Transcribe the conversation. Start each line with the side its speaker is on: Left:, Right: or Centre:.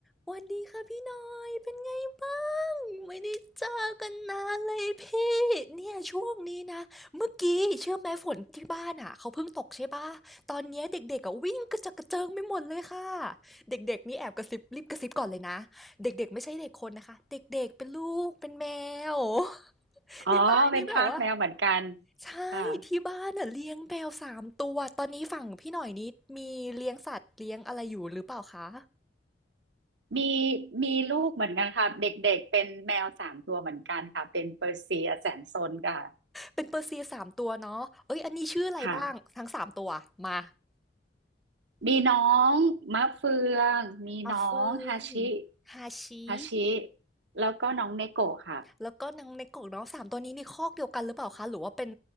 Centre: สวัสดีค่ะพี่หน่อยเป็นไงบ้างไม่ได้เจอกันนานเลยพี่เนี่ยช่วงนี้นะเมื่อกี้เชื่อไหมฝนที่บ้านอ่ะเขาเพิ่งตกใช่ป่ะตอนเนี้ยเด็กๆอ่ะวิ่งกระเจิดกระเจิงไปหมดเลยค่ะเด็กๆนี่แอบกระซิบรีบกระซิบก่อนเลยนะเด็กๆไม่ใช่เด็กคนนะคะเด็กๆเป็นลูกเป็นแมว <laughs>
Right: อ๋อเป็นทาสแมวเหมือนกัน
Centre: ที่บ้านนี่แบบว่าใช่ที่บ้านอ่ะเลี้ยงแมวสามตัวตอนนี้ฝั่งพี่หน่อยนี้มีเลี้ยงสัตว์เลี้ยงอะไรอยู่หรือเปล่าคะ
Right: ค่ะมีมีลูกเหมือนกันค่ะเด็กๆเป็นแมวสามตัวเหมือนกันค่ะเป็นเปอร์เซียแสนซนค่ะ
Centre: เป็นเปอร์เซียสามตัวเนาะเอ้ย อันนี้ชื่ออะไรบ้างทั้งสามตัวมา
Right: ค่ะมีน้องมะเฟืองมีน้องฮาชิ
Centre: มาเฟืองฮาชิ
Right: ฮาชิแล้วก็น้องเนโกะค่ะ
Centre: แล้วก็นางในกกเนาะสามตัวนี้นี่คอกเดียวกันหรือเปล่าคะ หรือว่าเป็น